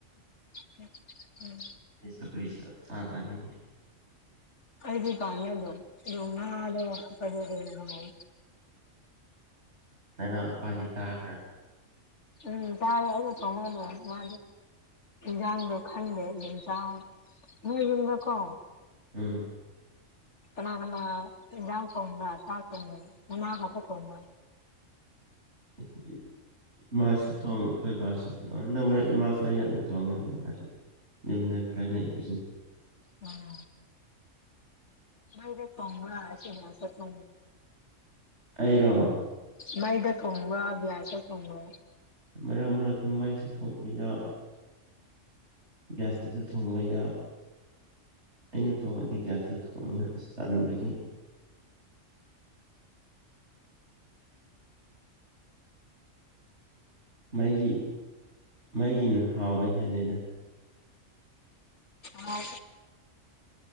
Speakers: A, on the left; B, on the right.
A: ꯎ ꯎꯝ
B: ꯆꯀ꯭ꯔꯤꯁ ꯆꯠ ꯆꯥ ꯆꯥꯅꯤꯡꯗꯦ
A: ꯑꯩꯗꯤ ꯀꯥꯃ ꯇ ꯎꯅꯥꯗ ꯄꯑꯣ ꯎ
B: ꯅꯅꯥꯎ ꯅꯨꯄꯥꯗꯤ ꯇꯥꯕ꯭ꯔꯥ
A: ꯎꯝ ꯀꯥꯥꯏ ꯑꯗꯨ ꯊꯃ ꯑꯗꯨ ꯃꯥ ꯌꯥꯗ ꯈꯗꯦ ꯆ ꯅꯗ ꯀꯣ
B: ꯎꯝ
A: ꯃ ꯌꯥꯎ ꯇꯉꯝꯕ ꯇꯥꯥꯛ ꯇꯣꯉ ꯃꯥꯒ ꯑꯄꯥ ꯇꯝꯕ
B: <unintelligible> ꯏꯃꯥꯁꯨ ꯊꯣꯡꯉꯦ ꯑꯩꯈꯣꯏ ꯏꯕꯥꯁꯨ ꯊꯣꯡꯅ ꯃꯔꯛ ꯏꯃꯥ ꯈꯔ ꯌꯥꯝꯅ ꯊꯣꯡꯉꯦ ꯃꯥ ꯌꯨꯝꯗ ꯈꯔ ꯂꯩꯕꯁꯦ
A: ꯎꯝ ꯃꯔ ꯐꯣꯅ ꯁꯤ ꯃꯥꯁ ꯐ
B: ꯑꯩꯔꯣ
A: ꯃꯩꯗ ꯊꯣꯡꯕ꯭ꯔꯥ ꯕꯤꯤꯌꯥꯁꯇ ꯊꯣꯡꯕ꯭ꯔꯥ
B: ꯃꯔꯛ ꯃꯔꯛꯇ ꯃꯩꯁ ꯊꯣꯛꯣꯡꯂꯤꯗ ꯒ꯭ꯌꯥꯁꯇꯁꯨ ꯊꯣꯡꯕ ꯌꯥ ꯑꯩꯅ ꯊꯣꯡꯉꯗꯤ ꯒ꯭ꯌꯥꯁꯇ ꯊꯣꯡꯉꯦ ꯑꯁ ꯇꯟꯕꯒꯤ ꯃꯩꯒꯤ ꯃꯩꯒꯤꯅ ꯍꯥꯎꯕ ꯍꯦꯜꯂꯦꯗ
A: ꯍ